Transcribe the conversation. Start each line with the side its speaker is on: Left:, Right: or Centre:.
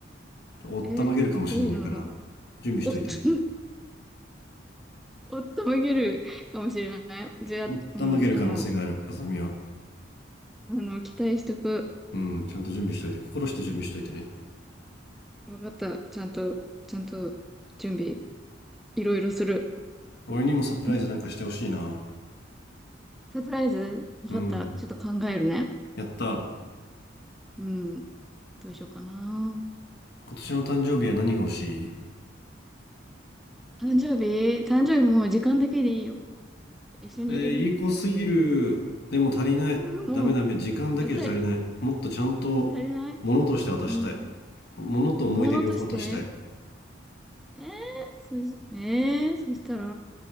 Left: おったまげるかもしんないから、
Centre: え、どういうのだろう。
Left: 準備しといてね。
Centre: おっと、<laughs> おっとめげるかもしれない。じゃあ、
Left: おったまげる可能性がある、
Centre: うん、あの、
Left: あさみは。
Centre: あの、期待しとく。
Left: うん、ちゃんと準備しといて、心して準備しといてね。
Centre: うん、わかった。ちゃんと、ちゃんと、準備、いろいろする。
Left: 俺にもサプライズなんかしてほしいな。
Centre: うん、サプライズわかった。
Left: うん。
Centre: ちょっと考えるね。
Left: やった。
Centre: うん、どうしようかな。
Left: 今年の誕生日は何が欲しい
Centre: 誕生日誕生日もう時間だけでいいよ。一緒に入れるんだったらも
Left: えー、いい子すぎる。でも足りない。
Centre: う、
Left: ダメダメ。
Centre: もう
Left: 時間だけじゃ足りない。
Centre: やっぱり
Left: もっとちゃんと、
Centre: 足りない
Left: 物として渡したい。
Centre: うん。
Left: 物と思い出両方渡したい。
Centre: ものとしてえー、そし、えー、そしたら、